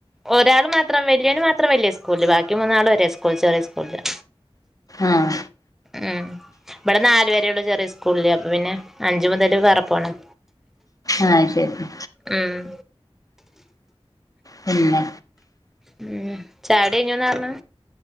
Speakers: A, in the centre; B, on the left.
A: ഒരാള് മാത്രം വല്യോള് മാത്രം വലിയ സ്കൂളില്, ബാക്കി മൂന്നാളും ഒരേ സ്കൂള്. ചെറിയ സ്കൂള്.
B: ആഹ്.
A: ഉം ഇവിടെ നാലു വരെ ഉള്ളൂ ചെറിയ സ്കൂളില്. അപ്പൊ പിന്നെ അഞ്ചു മുതല് വേറെ പോണം.
B: ആ അത് ശരി
A: ഉം
B: പിന്നൊ
A: ഉം ചായുടി കഴിഞ്ഞൂന്നാ പറഞ്ഞെ